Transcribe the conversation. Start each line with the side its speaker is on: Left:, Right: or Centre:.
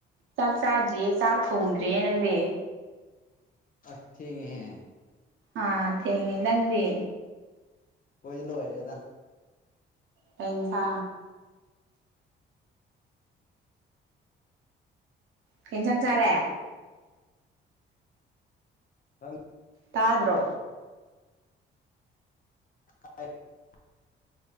Right: ꯆꯥꯛ ꯆꯥꯗ꯭ꯔꯤꯌꯦ ꯆꯥꯛ ꯊꯣꯡꯗ꯭ꯔꯤꯦ ꯅꯪꯗꯤ
Left: ꯑ ꯊꯦꯡꯒꯤꯍꯦ
Right: ꯑ ꯊꯦꯡꯒꯦ ꯅꯪꯗꯤ
Left: ꯑꯣꯏꯣꯏ ꯂ ꯑꯣꯏꯔꯦꯗ
Right: ꯄꯁꯥ ꯀ ꯆꯪ ꯆꯔꯦ
Left: ꯍꯪ
Right: ꯇꯥꯗ꯭ꯔꯣ
Left: <inaudible>